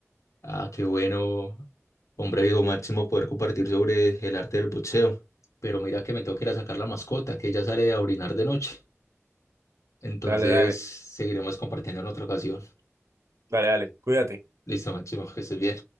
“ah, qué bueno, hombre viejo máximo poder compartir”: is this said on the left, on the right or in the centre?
Left